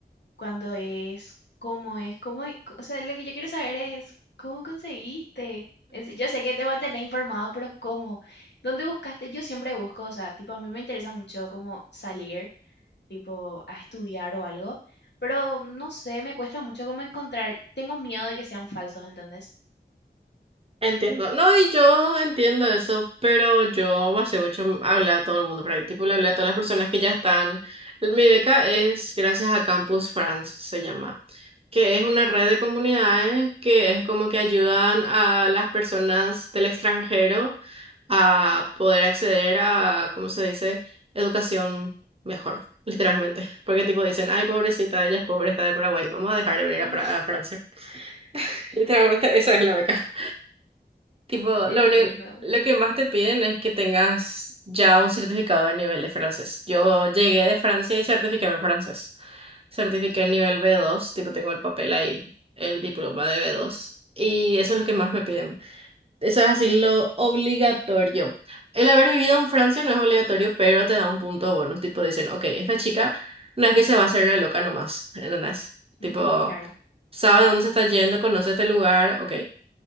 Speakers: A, on the left; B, on the right.
A: cuando es, cómo es, cómo, e- o sea, lo que yo quiero saber es cómo conseguiste. Es- yo sé que te mantenés informado, pero ¿cómo? ¿Dónde buscaste? Yo siempre busco, o sea, tipo, a mí me interesa mucho como salir, tipo, a estudiar o algo, pero no sé, me cuesta mucho como encontrar, tengo miedo de que sean falsos, ¿entendés?
B: Entiendo. No, y yo entiendo eso, pero yo hace mucho hablé a todo el mundo por ahí. Tipo, le hablé a todas las personas que ya están. Mi beca es gracias a Campus France, se llama, que es una red de comunidades que es como que ayudan a las personas del extranjero a poder acceder a, ¿cómo se dice? Educación mejor, <laughs> literalmente. Porque tipo dicen, ay, pobrecita, ella es pobre, está de Paraguay, vamos a dejar de venir
A: Ah,
B: a, Pra- a
A: <laughs>
B: Francia. Literalmente, esa es la beca. Tipo,
A: entiendo.
B: lo único, lo que más te piden es que tengas ya un certificado de nivel de francés. Yo llegué de Francia y certifiqué mi francés. Certifiqué el nivel b dos tipo tengo el papel ahí, el diploma de b dos Y eso
A: Ujú,
B: es lo que más me piden. Eso es así lo obligatorio. El haber vivido en Francia no es obligatorio, pero te da un punto bonus. Tipo dicen, ok, esta chica no es que se va a hacer la loca nomás, ¿entendés? Tipo,
A: ujú, claro,
B: sabe dónde se está yendo, conoce este lugar, ok.